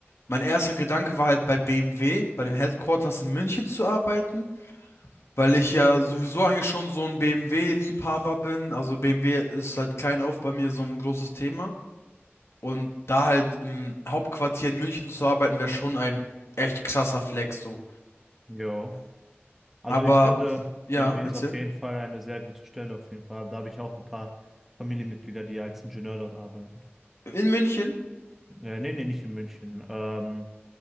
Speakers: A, on the left; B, in the centre.
A: Mein erster Gedanke war halt bei BMW, bei den Headquarters in München zu arbeiten, weil ich ja sowieso eigentlich schon so ein BMW-Liebhaber bin. Also BMW ist halt klein auf bei mir so ein großes Thema. Und da halt im Hauptquartier in München zu arbeiten, wäre schon ein echt krasser Flex so.
B: Jo. Also
A: Aber
B: ich finde,
A: ja,
B: BMW
A: erzähl.
B: ist auf jeden Fall eine sehr gute Stelle, auf jeden Fall. Da habe ich auch ein paar Familienmitglieder, die als Ingenieur dort arbeiten.
A: In München,
B: Äh, nee, nee, nicht in München. Ähm,